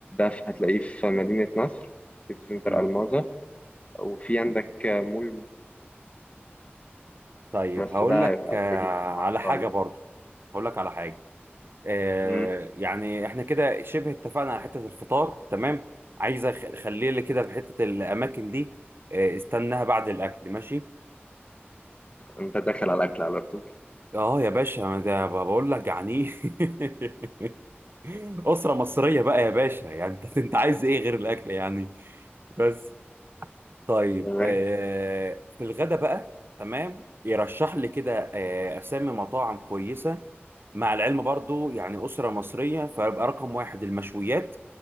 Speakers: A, on the left (about 30°); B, on the right (about 60°).
A: في- هتلاقيه في مدينة نصر سيتي سنتر
B: مم.
A: الماظة وفي عندك آه، مول
B: طيب
A: بس
B: هقول
A: ده
B: لك
A: هيبقى
B: آه،
A: بعيد طبعاً
B: على حاجه
A: خالص
B: برضو هقول لك على حاجه آه،
A: مم.
B: يعني احنا كده شبه اتفقنا على حته الفطار تمام عايز أخ- اخليه لي كده في حته الاماكن دي آه، استناها بعد الاكل ماشي
A: انت داخل على الاكل على طول
B: اه يا باشا ما ده بقول لك جعانين <laughs> أسرة مصرية بقى يا باشا يعني انت <laughs> انت عايز ايه غير الاكل يعني بس طيب
A: تمام
B: آه في الغدا بقى تمام يرشح لي كده آه اسامي مطاعم كويسة مع العلم برضو يعني أسرة مصرية فيبقى رقم واحد المشويات